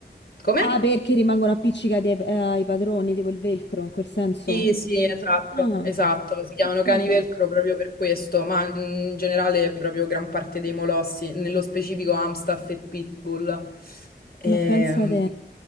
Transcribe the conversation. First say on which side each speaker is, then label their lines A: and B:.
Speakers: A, on the left; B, on the left.
A: Come?
B: Ah, perché rimangono appiccicati ai, eh, ai padroni, tipo il velcro, in quel senso.
A: Sì, sì, esatto,
B: Ah,
A: esatto, si chiamano
B: che figo.
A: cani velcro proprio per questo, ma in generale proprio gran parte dei molossi, nello specifico Amstaff e Pitbull. Ehm,
B: Ma pensate...